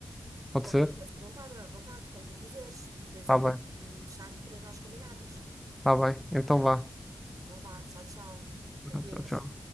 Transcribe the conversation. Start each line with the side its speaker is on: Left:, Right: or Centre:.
Centre: Pode
Right: podes,
Centre: ser?
Right: podes perguntar à vontade, quando tu quiseres. Tens
Centre: Tá
Right: ali
Centre: bem.
Right: o chat para nós combinarmos.
Centre: Tá bem, então vá.
Right: Então vá, tchau, tchau. Adeus.
Centre: Tchau, tchau.